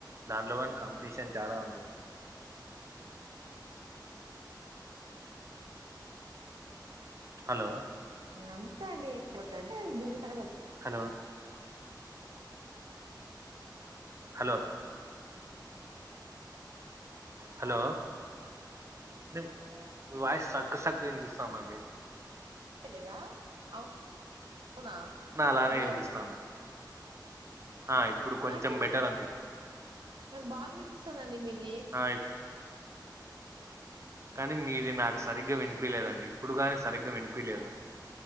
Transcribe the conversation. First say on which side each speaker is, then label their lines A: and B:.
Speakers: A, on the right; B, on the right.
A: దాంట్లో కాని కాంపిటీషన్ చాలా ఉంది హలో
B: అంతే అండి ఎక్కువవుతుంది అంటే బిజినెస్ అనేది
A: హలో హలో హలో వినిపిస్ మీ వాయసు స్ట్రక్ స్ట్రక్ వినిపిస్తానండి
B: తె లేదా అవున్ అవునా
A: అలానే
B: హలో
A: పిలిపిస్తాందిండి ఆ ఇప్పుడు కొంచెం
B: నాకేం
A: బెటర్ అండి
B: నాకు బాగ్ వినిపిస్తదండి మీది
A: ఆ ఇప్ కానీ మీది నాకు సరిగ్గా వినిపిలేదండి ఇప్పుడు గానీ సరిగ్గా వినిపిలేదు